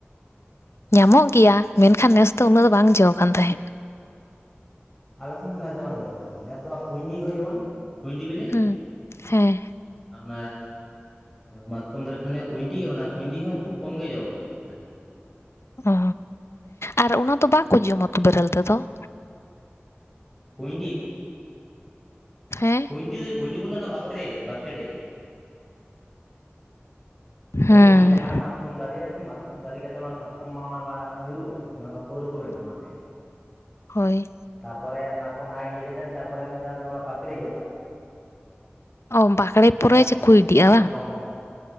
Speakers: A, on the left; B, in the centre.
A: ᱧᱟᱢᱚᱜ ᱜᱮᱭᱟ ᱢᱮᱱᱠᱷᱟᱱ ᱱᱮᱥ ᱫᱚ ᱩᱱᱟᱹᱜ ᱫᱚ ᱵᱟᱝ ᱡᱚ ᱠᱟᱱ ᱛᱟᱦᱮᱸᱫ ᱾
B: ᱟᱞᱮ ᱥᱱ ᱦᱚᱸ ᱱᱮᱥ ᱫᱚ ᱵᱟᱝ ᱡᱚ ᱟᱠᱟᱱᱟ, ᱱᱮᱥ ᱫᱚ ᱠᱩᱭᱱᱤ ᱠᱚ ᱡᱮᱢᱚᱱᱼᱼ ᱠᱩᱤᱰᱤ ᱵᱤᱞᱮᱼᱼ
A: ᱦᱩᱸ ᱦᱮᱸ
B: ᱚᱱᱟ ᱢᱟᱛᱠᱚᱢ ᱫᱟᱨᱮ ᱠᱷᱚᱱᱮ ᱠᱩᱭᱸᱰᱤ ᱚᱱᱟ ᱠᱩᱭᱸᱰᱤ ᱦᱚᱸ ᱠᱷᱩᱵ ᱠᱚᱢ ᱜᱮ ᱡᱚ ᱟᱠᱟᱱᱟ ᱾
A: ᱚ ᱟᱨ ᱚᱱᱟ ᱫᱚ ᱵᱟᱠᱚ ᱡᱚᱢᱟᱛᱚ ᱵᱮᱨᱮᱹᱞ ᱛᱮᱫᱚ ᱾
B: ᱠᱩᱭᱸᱰᱤᱼᱼ
A: ᱦᱮᱸ ᱾
B: ᱠᱩᱸᱭᱰᱤ ᱵᱚᱞᱛᱮ ᱫᱚ ᱵᱟᱠᱲᱮ ᱵᱟᱠᱲᱮ ᱯᱨᱚᱛᱷᱚᱢ
A: ᱦᱮᱸ
B: ᱡᱟᱦᱟᱸᱢᱟ ᱢᱟᱛᱠᱚᱢ ᱫᱟᱨᱮᱜᱼᱟ ᱥᱮ ᱢᱟᱛᱠᱚᱢ ᱫᱟᱨᱮ ᱠᱟᱛᱮᱫ ᱚᱱᱟ ᱢᱟᱛᱠᱚᱢ ᱢᱟ ᱚᱱᱟ ᱢᱟ ᱧᱩᱨᱩᱜᱼᱟ᱾ ᱚᱱᱟ ᱢᱟ ᱯᱟᱹᱣᱨᱟᱹ ᱠᱚ ᱵᱮᱱᱟᱜᱼᱟ ᱚᱱᱟᱛᱮ᱾
A: ᱦᱳᱭ
B: ᱛᱟᱯᱚᱨᱮ ᱚᱱᱟ ᱠᱚ ᱚᱱᱟ ᱤᱭᱟᱹ ᱠᱟᱛᱮᱫ ᱛᱟᱯᱚᱨᱮ ᱢᱤᱫ ᱫᱷᱟᱣ ᱫᱚ ᱚᱱᱟ ᱵᱟᱠᱲᱤᱡᱚᱜᱼᱟ᱾
A: ᱚ ᱵᱟᱠᱲᱮ ᱯᱚᱨᱮ
B: ᱵᱟᱠᱲᱮ
A: ᱪᱮᱠᱚ ᱤᱫᱤᱜᱼᱟ
B: ᱱᱚᱣᱟ
A: ᱵᱟᱝ
B: ᱫᱚ